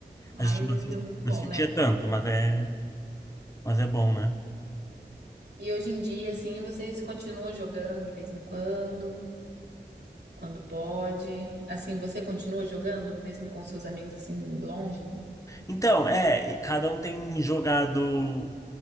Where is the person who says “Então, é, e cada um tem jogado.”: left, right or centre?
Left